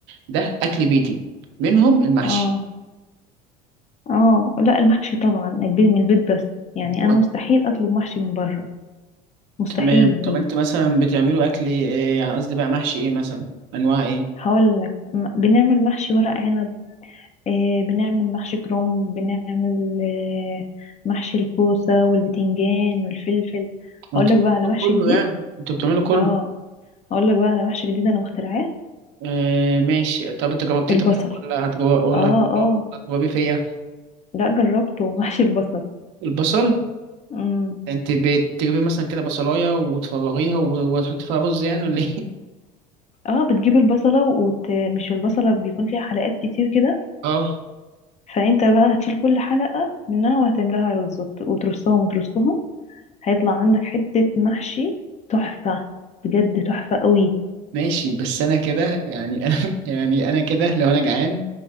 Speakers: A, on the right (about 65°); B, on the left (about 35°).
A: ده اكل بيتي منهم المحشي
B: اه اه لا المحشي طبعا البيت من البيت بس يعني
A: و-
B: انا مستحيل اطلب محشي من بره مستحيل
A: تمام
B: دي
A: طب انت مثلا بتعملوا اكل ايه يعني قصدي بقى محشي ايه مثلا انواع ايه
B: هقول لك م- بنعمل محشي ورق عنب آه، بنعمل محشي كرنب بنعمل آه، محشي الكوسة والبتنجان والفلفل
A: انت
B: هقول لك
A: بتعملوا
B: بقى على محشي
A: كله
B: جديد
A: يعني انت بتعملوا كله
B: اه هقول لك بقى على محشي جديد انا مخترعاه
A: آه ماشي طب انت جربتيه
B: البصل
A: طيب ولا هتجرب ولا
B: اه
A: هتجرب-
B: اه
A: هتجربي فيا
B: لا جربته <laughs> محشي البصل
A: البصل
B: امم
A: انت بتجيبي مثلا كده بصلايه وتفرغيها و- وتحطي فيها رز يعني ولا ايه
B: اه بتجيب البصلة وت... مش البصلة بيكون فيها حلقات كتير كده
A: اه
B: فانت بقى هتشيل كل حلقة منها وهتملاها رز وت- وترصهم وترصهم هيطلع عندك حتة محشي تحفة بجد تحفة قوي
A: ماشي بس انا كده يعني انا <laughs> يعني انا كده لو انا جعان